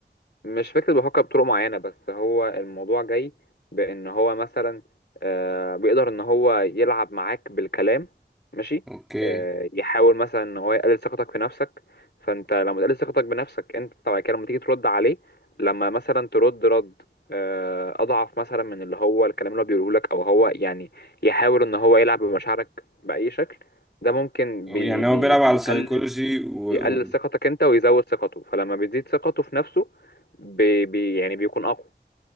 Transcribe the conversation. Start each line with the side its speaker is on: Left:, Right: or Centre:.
Left: مش فكرة بيفكر بطرق معينة بس هو الموضوع جاي بأن هو مثلا آه، بيقدر إن هو يلعب معاك بالكلام ماشي
Centre: اوكي
Left: آه، يحاول مثلا إن هو يقلل ثقتك في نفسك فأنت لما تقلل ثقتك بنفسك أنت بعد كده لما تيجي ترد عليه لما مثلا ترد رد آه، أضعف مثلا من اللي هو الكلام اللي هو بيقوله لك أو هو يعني يحاول إن هو يلعب بمشاعرك بأي شكل ده ممكن
Centre: يعني
Left: بي بي
Centre: هو بيلعب
Left: بيقلل
Centre: على السيكولوجي و...
Left: بيقلل
Centre: و...
Left: ثقتك انت ويزود ثقته فلما بيزيد ثقته في نفسه بي بي يعني بيكون اقوى